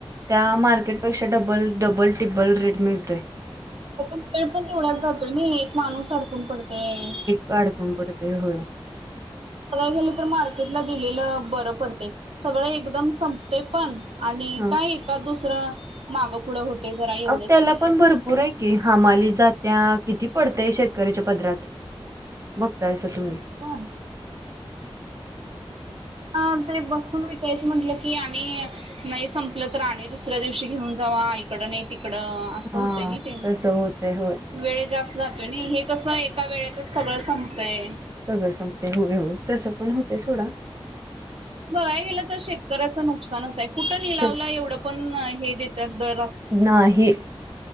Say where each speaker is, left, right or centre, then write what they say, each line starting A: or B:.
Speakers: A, on the right; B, on the right.
A: त्या मार्केटपेक्षा डबल डबल टिब्बल रेट मिळतोय.
B: पण वेळ पण तेवढाच जातोय ना एक माणूस अडकून पडतोय?
A: काडकून पडते होय.
B: काय गेलं तर मार्केटला दिलेलं बरं पडतेय सगळं एकदम संपतय पण आणि
A: हां.
B: काय एका दुसरं मागं पुढं होतय? जरा एवढंच
A: अ त्याला
B: की
A: पण भरपूर आहे की. कि हामाली जात्या किती पडतय शेतकऱ्याच्या पदरात बघतायसा तुम्ही.
B: खर अ ते बसून विकायचं म्हटलं की आणि नाही संपलं तर आणी दुसऱ्या दिवशी घेऊन जावा ऐक इकड नाही तिकडं अस
A: हां.
B: होतय नाई ते.
A: तसं होतंय होय.
B: वेळ जास्त जातोय नाही हे कस एका वेळेचच सगळं संपतय?
A: सगळं संगते होय होय तसं पण होतेय सोडा.
B: बघाय गेलं तर शेतकऱ्याचं नुकसानच आहे कुठं निलावला
A: स-
B: एवढं पण हे देतात दर.
A: नाही.